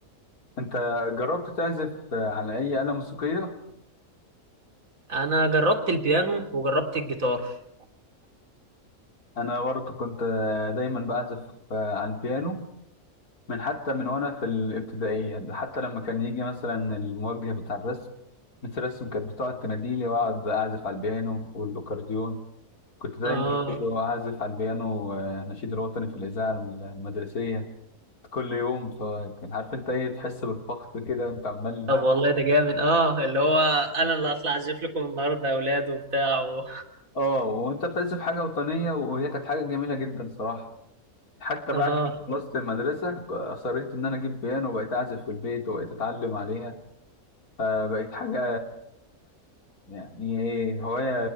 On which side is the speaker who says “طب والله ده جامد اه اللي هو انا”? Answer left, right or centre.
Right